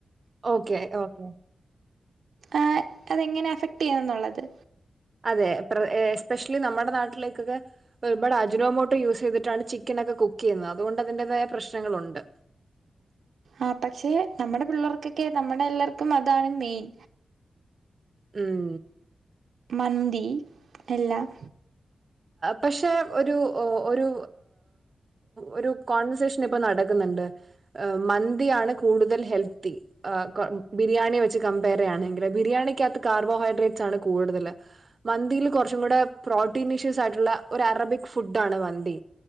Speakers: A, on the right; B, on the right.
A: ഓക്കെ ഓക്കെ
B: ആ അതെങ്ങനെ അഫക്‌ട് ചെയ്യോന്ന് ഉള്ളത്
A: അതെ എസ്പെഷ്യലി നമ്മുടെ നാട്ടിലേക്കൊക്കെ ഒരുപാട് അജുനോമോട്ടോ യൂസ് ചെയ്തിട്ടാണ് ചിക്കൻ ഒക്കെ കുക്ക് ചെയ്യുന്നത് അതുകൊണ്ട് അതിന്റെതായ പ്രശ്നങ്ങളുണ്ട്
B: ആ പക്ഷെ നമ്മുടെ പിള്ളേർക്കൊക്കെ നമ്മുടെ എല്ലാർക്കും അതാണ് മെയിൻ
A: ഉം
B: മന്തി എല്ലാം
A: പക്ഷെ ഒരു ഒരു ഒരു കോൺവെർസേഷൻ ഇപ്പൊ നടക്കുന്നുണ്ട് മന്തിയാണ് കൂടുതൽ ഹെൽത്തി ബിരിയാണി വെച്ച് കമ്പയർ ചെയ്യാണെങ്കിൽ ബിരിയാണിക്കകത്ത് കാർബോഹൈഡ്രേറ്റ്സ് ആണ് കൂടുതൽ മന്തിയിൽ കുറച്ചും കൂടെ പ്രോട്ടീനി സ് ആയിട്ടുള്ള ഒരു അറബിക് ഫുഡാണ് മന്തി